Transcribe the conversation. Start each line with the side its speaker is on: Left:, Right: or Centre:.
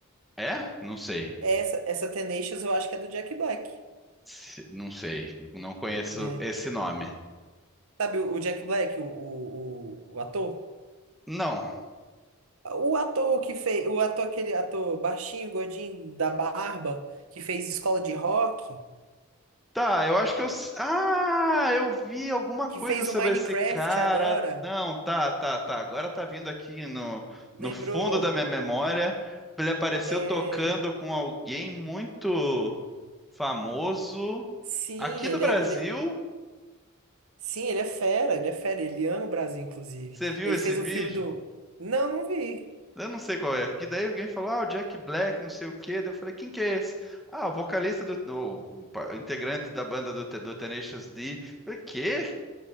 Centre: É? Não sei.
Right: Essa, essa Tenacious eu acho que é do Jack Black.
Centre: Se- Não sei. Não conheço
Right: É.
Centre: esse nome.
Right: Sabe o o Jack Black, o, o, o o ator?
Centre: Não.
Right: O ator que fez, o ator, aquele ator baixinho, gordinho, da barba, que fez Escola de Rock,
Centre: Tá, eu acho que eu. s- Ah, eu vi alguma coisa
Right: que fez
Centre: sobre
Right: o Minecraft
Centre: esse cara.
Right: agora,
Centre: Não, tá, tá, tá. Agora tá vindo aqui no,
Right: lembrou?
Centre: no fundo da minha memória. Ele apareceu
Right: É,
Centre: tocando com alguém muito famoso
Right: sim,
Centre: aqui do
Right: ele
Centre: Brasil.
Right: é, ele é- sim, ele é fera, ele é fera, ele ama o Brasil, inclusive.
Centre: Você viu
Right: Ele
Centre: esse
Right: fez
Centre: vídeo?
Right: um filme do... Não, não vi.
Centre: Eu não sei qual é, porque daí alguém falou, ah, o Jack Black, não sei o quê. Daí eu falei, quem que é esse? Ah, o vocalista do, ou, pa- integrante da banda do, Te- do Tenacious D. Eu falei, quê? O que